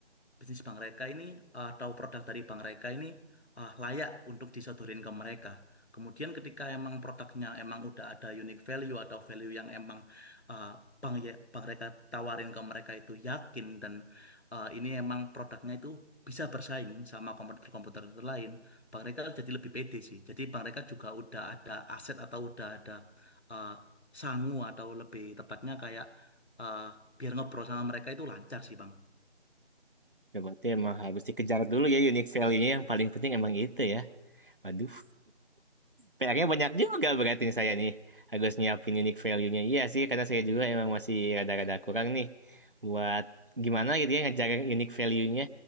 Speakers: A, on the left; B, on the right.
A: bisnis bank mereka ini eh, atau produk dari bank mereka ini eh, layak untuk disodorin ke mereka. Kemudian ketika emang produknya emang udah ada unique value atau value yang emang eh, bank ya bank mereka tawarin ke mereka itu yakin dan eh, ini emang produknya itu bisa bersaing sama komputer-komputer itu lain, bank mereka jadi lebih pede sih. Jadi bank mereka juga udah ada aset atau udah ada eh, sangu atau lebih tepatnya kayak eh, biar ngobrol sama mereka itu lancar sih, Bang.
B: Ya, berarti emang harus dikejar dulu ya unique value-nya yang paling penting emang itu ya. Waduh, PR-nya banyak juga berarti nih saya nih. Harus nyiapin unique value-nya. Iya sih, karena saya juga emang masih rada-rada kurang nih. Buat gimana gitu ya ngejar unique value-nya.